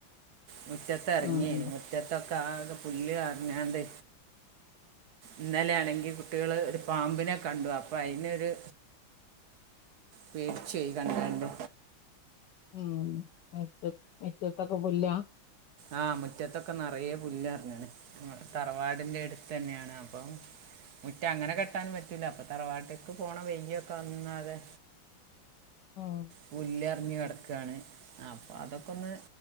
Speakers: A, on the right (about 60°); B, on the left (about 70°).
A: മുറ്റത്ത് ഇറങ്ങിയേന്
B: ആഹ്
A: മുറ്റത്തൊക്കെ ആക പുല്ല് കാരഞ്ഞാണ്ട് ഇന്നലൊണെങ്കിൽ കുട്ടികള് ഒരു പാമ്പിനെ കണ്ടു അപ്പൊ അയിനൊരു പേടിച്ചോയി കണ്ട് കണ്ട്
B: ഉം മിറ്റത് മിറ്റത്തക്ക പുല്ലാ
A: ആഹ് മുറ്റത്തൊക്കെ നിറയെ പുല്ലാന്നങ്ങനെ തറവാടിന്റെ അടുത്ത് തന്നെയാണ് അപ്പം മുറ്റ അങ്ങനെ കെട്ടാനും പറ്റൂല അപ്പൊ തറവാട്ടിക്ക് പോണ വെല്യാക്ക വന്നാകെ
B: ഉം
A: പുല്ലെറിഞ്ഞ് കിടക്കാണ് അപ്പൊ അതൊക്കെ ഒന്ന്